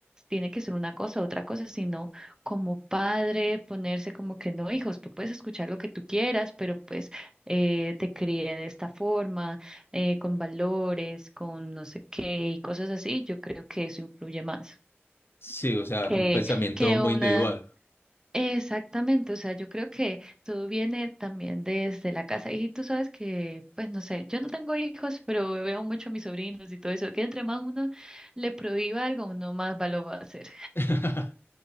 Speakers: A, on the right; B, on the left.
A: tiene que ser una cosa, otra cosa, sino como padre ponerse como que no, hijos, tú puedes escuchar lo que tú quieras, pero pues eh, te crié de esta forma, eh, con valores, con no sé qué y cosas así, yo creo que eso influye más
B: Sí, o sea,
A: que,
B: como un pensamiento
A: que
B: muy
A: una...
B: individual.
A: Exactamente, o sea, yo creo que todo viene también desde la casa. Y tú sabes que, pues no sé, yo no tengo hijos, pero veo mucho a mis sobrinos y todo eso, que entre más uno le prohíba algo, uno más va lo va a hacer.
B: <laughs>